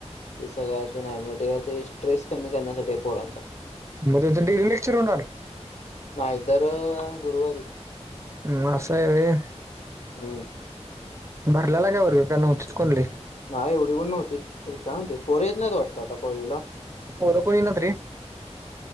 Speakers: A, on the left; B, on the right.
A: ते सगळं ते नाही मग ते काय तरी स्ट्रेस कमी करण्यासाठी पोरांचा
B: तेचा डेली लेक्चर असतोच.
A: नायदर गुरुवारी
B: म असा आहे होय.
A: हम्म.
B: भरल्याला का ओरियो नव्हतीत कोण रे.
A: नाही एवढी कोण नव्हतीत रिकामं होतीत पोर येत नाहीत वाटत आता कॉलेजला
B: पोर कोण येईनात रे.